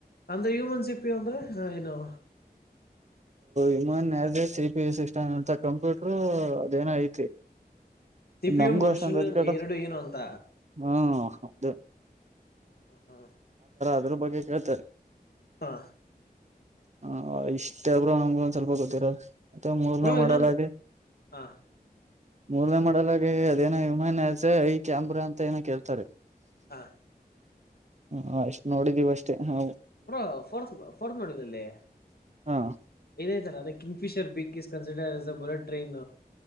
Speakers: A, on the left; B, on the right.
A: ಅಂದ್ರ ಹ್ಯೂಮನ್ಸ್ ಇಪ್ಪಿಯು ಅಂದ್ರೆ ಏನು
B: ಇಮಾನ್ ಸಿಪಿ ಸಿಸ್ಟಮ್ ಅಂತ ಕಂಪ್ಯೂಟರು ಅದೇನೋ ಐತಿ
A: ಸಿಪಿಯು
B: ನಮಗೂ
A: ಮನುಷ್ಯನ
B: ಅಷ್ಟೊಂದ ಅ ಕಟ
A: ಎರಡು ಏನು ಅಂತ
B: ಹ್ಮ ದು
A: ಹಾ ಹಾ
B: ಅದ್ರ ಬಗ್ಗೆ ಕೇಳ್ತಾರೆ
A: ಹಾ
B: ಹ ಇಷ್ಟಬ್ರು ನಮ್ಗು ಒಂದ ಸ್ವಲ್ಪ ಗೊತ್ತಿರ ಮತ್ತೆ ಮೂರನೇ
A: ಬ್ರೋ
B: ಮಾಡದ
A: ಇನ್ನೊಂದು
B: ಹಾಗೆ
A: ಹ
B: ಮೂರನೇ ಮಾಡಲ್ಾಗ ಅದೇನ ಯಮನ್ಸ ಐ ಕ್ಯಾಮ್ರಾ ಅಂತ ಏನ ಕೇಳ್ತಾರೆ
A: ಹಾ
B: ಹ ಎಷ್ಟ್ ನೋಡಿದೀವಿ ಅಷ್ಟೇ ಹಾ
A: ಪುರ ಫೋರ್ತ್ ಫೋರ್ತ್ ಮಾಡಿದಲ್ಲಿ
B: ಹಾ
A: ಇದಾಯ್ತಲ್ಲ ಅದೇ Kingfisher big kiss considers ಅ ಬುಲೆಟ್ ಟ್ರೈನ್